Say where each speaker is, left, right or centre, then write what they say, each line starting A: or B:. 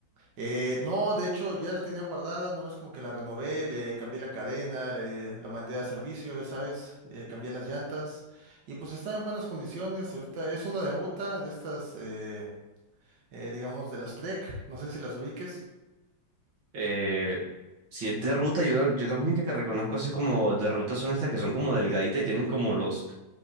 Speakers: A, on the right (about 65°); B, on the right (about 85°).
A: Eh, no, de hecho ya la tenía guardada, nada más como que la renové, le cambié la cadena, le, la mandé a servicio, ya sabes, le cambié las llantas y pues está en buenas condiciones. Ahorita es una de ruta de estas, eh, eh, digamos, de las Trek, no sé si las ubiques.
B: Eh, si es de ruta, yo, la- yo las únicas que reconozco así como de ruta son estas que son como delgaditas y tienen como los,